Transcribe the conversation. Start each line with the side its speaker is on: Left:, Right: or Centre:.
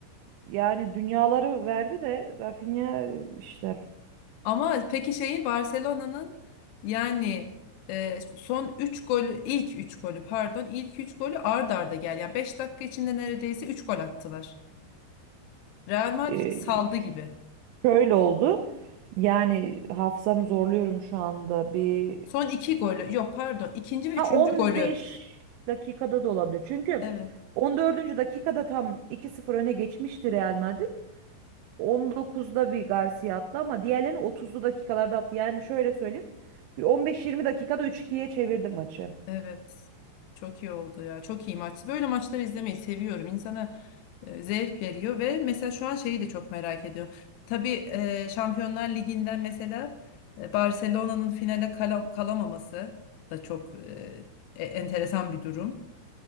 Right: Yani dünyaları verdi de Rafinha e, işte
Left: Ama peki şeyi Barcelona'nın yani e, son 3 golü, ilk 3 golü pardon, ilk 3 golü ard arda gel. Yani 5 dakika içinde neredeyse 3 gol attılar. Real Madrid
Right: e,
Left: saldı gibi.
Right: şöyle oldu. Yani hafızamı zorluyorum şu anda. Bir
Left: Son iki golü, yok pardon, ikinci ve
Right: ha
Left: üçüncü
Right: 15
Left: golü.
Right: dakikada da olabilir. Çünkü
Left: Evet.
Right: 14. dakikada tam iki sıfır öne geçmişti Real Madrid. 19'da bir Garcia attı ama diğerlerini 30'lu dakikalarda attı. Yani şöyle söyleyeyim. Bir 15-20 dakikada 3-2'ye çevirdi maçı.
Left: Evet. Çok iyi oldu ya. Çok iyi maç. Böyle maçları izlemeyi seviyorum. İnsana e, zevk veriyor ve mesela şu an şeyi de çok merak ediyorum. Tabii e, Şampiyonlar Ligi'nden mesela e, Barcelona'nın finale kala- kalamaması da çok e, e- enteresan bir durum.